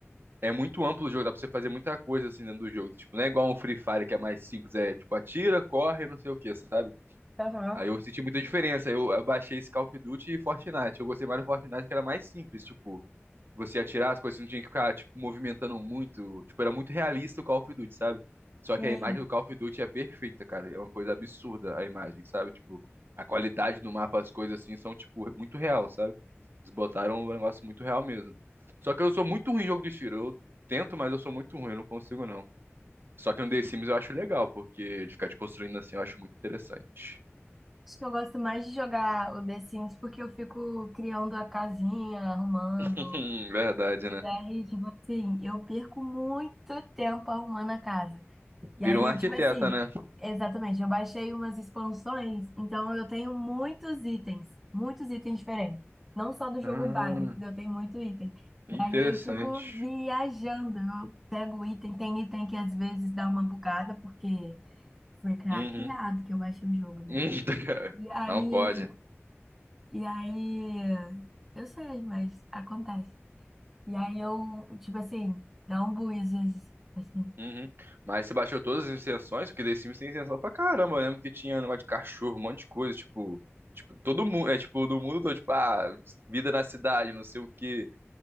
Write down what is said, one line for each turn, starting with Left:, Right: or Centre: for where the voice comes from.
Right: é muito amplo o jogo, dá pra você fazer muita coisa assim dentro do jogo. Tipo, não é igual um Free Fire que é mais simples, é tipo, atira, corre, não sei o que, sabe?
Centre: Aham.
Right: Aí eu senti muita diferença. Eu eu baixei esse Call of Duty e Fortnite. Eu gostei mais do Fortnite que era mais simples, tipo você atirar, as coisas não tinha que ficar, tipo, movimentando muito. Tipo, era muito realista o Call of Duty, sabe? Só
Centre: E
Right: que a imagem do Call of Duty é perfeita, cara. É uma coisa absurda a imagem, sabe? Tipo, a qualidade do mapa, as coisas assim, são, tipo, muito real, sabe? Eles botaram um negócio muito real mesmo. Só que eu sou muito ruim em jogo de tiro. Eu tento, mas eu sou muito ruim, eu não consigo, não. Só que no The Sims eu acho legal, porque de ficar te construindo assim eu acho muito interessante.
Centre: acho que eu gosto mais de jogar o The Sims porque eu fico criando a casinha, arrumando.
Right: <laughs> Verdade, né?
Centre: E aí, tipo assim, eu perco muito tempo arrumando a casa. E
Right: Vira
Centre: aí,
Right: um arquiteta,
Centre: eu, tipo assim,
Right: né?
Centre: exatamente, eu baixei umas expansões, então eu tenho muitos itens, muitos itens diferentes. Não só do jogo
Right: Ah,
Centre: base, que eu tenho muitos itens.
Right: interessante.
Centre: Aí eu fico viajando, eu pego o item, tem item que às vezes dá uma bugada, porque foi craqueado
Right: Uhum.
Centre: que eu baixei o jogo, né?
Right: Hum, <laughs>
Centre: E aí,
Right: Não pode.
Centre: e aí, eu sei, mas acontece. E aí eu, tipo assim, dá um bug às vezes, assim,
Right: Uhum. Mas você baixou todas as extensões Porque The Sims tem extensão pra caramba. Eu lembro que tinha um negócio de cachorro, um monte de coisa. Tipo, tipo todo mundo. É tipo, do mundo todo. Tipo, ah, vida na cidade, não sei o quê.